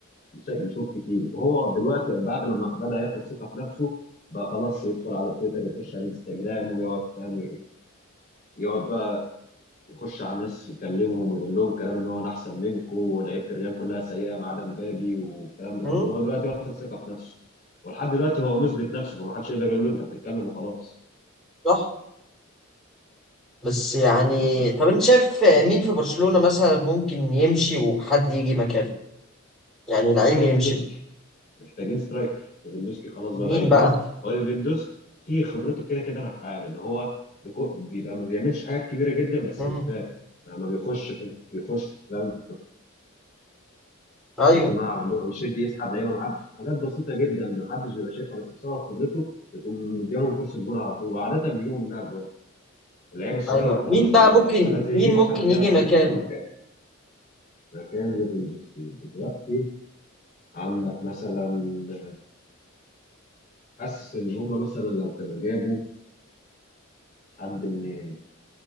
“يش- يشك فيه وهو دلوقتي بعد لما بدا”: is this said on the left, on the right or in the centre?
Left